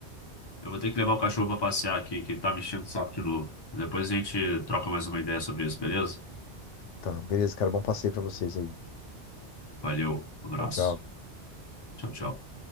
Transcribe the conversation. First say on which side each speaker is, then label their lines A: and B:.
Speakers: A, on the left; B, on the left.
A: eu vou ter que levar o cachorro pra passear aqui, que ele tá me enchendo o saco de novo. Depois a gente troca mais uma ideia sobre isso, beleza?
B: Tá, beleza, cara. Bom passeio pra vocês aí.
A: Valeu, abraço.
B: Tchau, tchau.
A: Tchau, tchau.